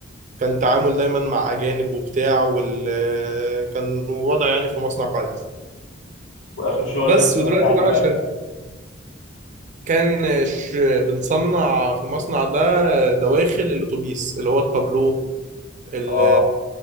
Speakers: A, on the right; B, on the left.
A: كان تعامل دايما مع أجانب وبتاع وال كان وضع يعني في مصنع كويس
B: واخر شغل
A: بس
B: ده كان
A: ودلوقتي
B: عبارة عن
A: بقى
B: ايه بقى
A: شغ... كان ش... بنصنع في المصنع ده دواخل الأتوبيس اللي هو التابلو ال...
B: اه